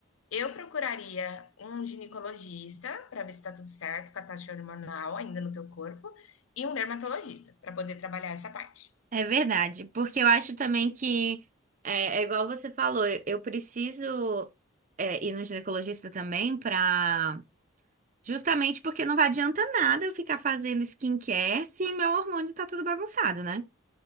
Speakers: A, on the left; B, on the right.
A: eu procuraria um ginecologista para ver se está tudo certo com a taxa hormonal ainda no teu corpo e um dermatologista para poder trabalhar essa parte.
B: É verdade, porque eu acho também que é, é igual você falou, eu eu preciso é, ir no ginecologista também para Justamente porque não vai adianta nada eu ficar fazendo skincare se meu hormônio tá tudo bagunçado, né?